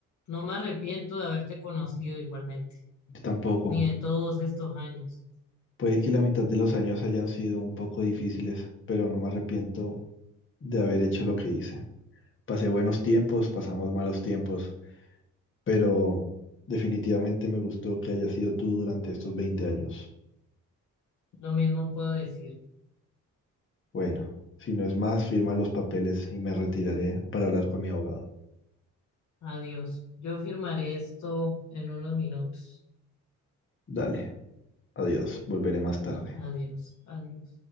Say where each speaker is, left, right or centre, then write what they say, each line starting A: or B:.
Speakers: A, on the left (about 70°); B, on the left (about 40°).
A: No me arrepiento de haberte conocido igualmente,
B: Yo tampoco.
A: ni de todos estos años.
B: Puede que la mitad de los años hayan sido un poco difíciles, pero no me arrepiento de haber hecho lo que hice. Pasé buenos tiempos, pasamos malos tiempos, pero definitivamente me gustó que hayas sido tú durante estos 20 años.
A: Lo mismo puedo decir.
B: Bueno, si no es más, firma los papeles y me retiraré para hablar con mi abogado.
A: Adiós. Yo firmaré esto en unos minutos.
B: Dale, adiós, volveré más tarde.
A: Adiós, adiós.